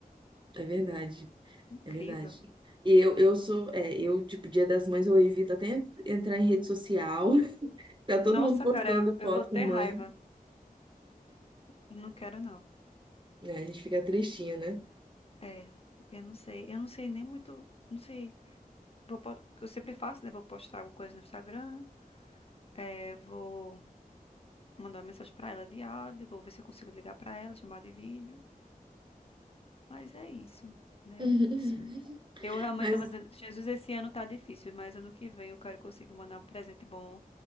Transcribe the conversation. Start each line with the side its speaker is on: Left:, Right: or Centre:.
Right: É verdade.
Left: Incrível.
Right: É verdade. E eu, eu sou, é, eu, tipo, Dia das Mães, eu evito até en- entrar em rede social. <laughs> Tá todo
Left: Nossa,
Right: mundo postando
Left: cara, eu, eu
Right: foto
Left: vou ter
Right: com mãe.
Left: raiva. Não quero, não.
Right: né? a gente fica tristinha, né?
Left: É, eu não sei. Eu não sei nem muito. Não sei. Vou, po- eu sempre faço, né? Vou postar alguma coisa no Instagram. É, vou mandar uma mensagem pra ela de áudio. Vou ver se eu consigo ligar pra ela, chamar de vídeo. Mas é isso, né?
Right: <laughs>
Left: Eu disse- eu realmente
Right: Mas,
Left: tava dizendo, Jesus, esse ano tá difícil, mas ano que vem eu quero conseguir mandar um presente bom